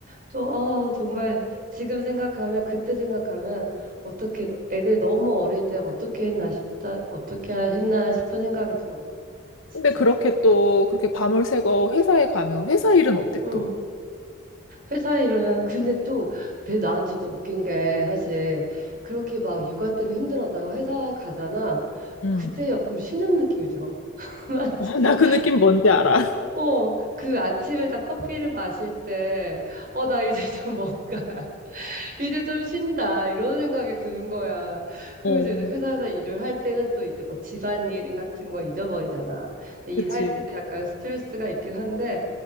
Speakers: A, on the right; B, on the left.
A: 또, 어, 정말 지금 생각하면 그때 생각하면 어떻게 애들 너무 어릴 때 어떻게 했나 싶다, 어떻게 했나 싶은 생각이 들어. 진짜.
B: 근데 그렇게 또, 그렇게 밤을 새고 회사에 가면 회사 일은 어때
A: 응.
B: 또?
A: 회사 일은 근데 또 대- 난 진짜 웃긴 게 사실 그렇게 막 육아 때문에 힘들었다고 회사 가잖아.
B: 응.
A: 그때 약간 쉬는 느낌이 들어. <laughs> 난
B: 어,
A: 진짜
B: 나 그 느낌 뭔지 알아. <laughs>
A: 어 그 아침에 딱 커피를 마실 때 어 나 이제 좀 뭔가 <laughs> 이제 좀 쉰다 이런 생각이 드는 거야. 그리고
B: 어.
A: 이제 회사에서 일을 할 때는 또 이제 뭐 집안일 같은 거 잊어버리잖아. 근데
B: 그치.
A: 일할 때도 약간 스트레스가 있긴 한데